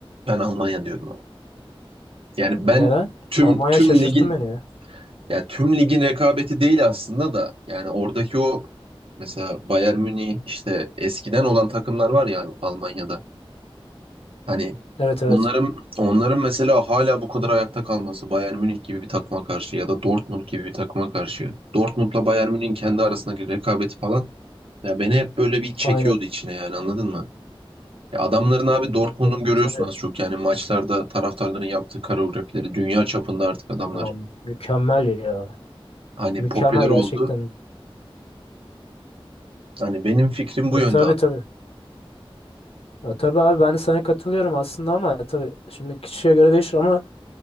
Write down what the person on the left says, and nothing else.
Neden?
Almanya
şaşırttı
beni ya.
Evet evet.
Aynen.
Ya,
tabii.
Ya, mükemmel ya.
Mükemmel
gerçekten.
E,
tabii
tabii. Ya, tabii abi ben de sana katılıyorum aslında ama tabii şimdi kişiye göre değişir ama